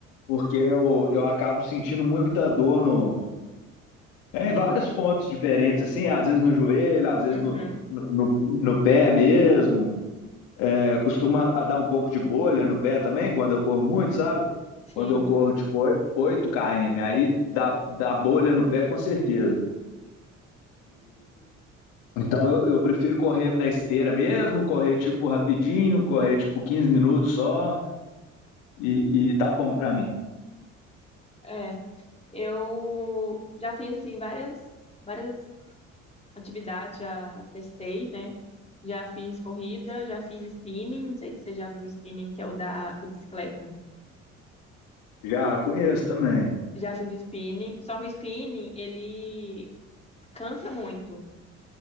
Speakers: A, on the left; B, on the left.
A: porque eu, eu acabo sentindo muita dor no, é, em vários pontos diferentes, assim, às vezes no joelho, às vezes
B: Uhum,
A: no, no, no- no pé mesmo. É, costuma a dar um pouco de bolha no pé também, quando eu corro muito, sabe?
B: sim.
A: Quando eu corro, tipo, oi- 8 km, aí dá, dá bolha no pé, com certeza. Então, eu, eu prefiro correr na esteira mesmo, correr, tipo, rapidinho, correr, tipo, 15 minutos só, e, e tá bom pra mim.
B: É. Eu já fiz, assim, várias, várias atividades, já testei, né? Já fiz corrida, já fiz spinning. Não sei se você já viu o spinning, que é o da, da bicicleta.
A: Já conheço também.
B: Já fiz o spinning. Só que o spinning, ele cansa muito.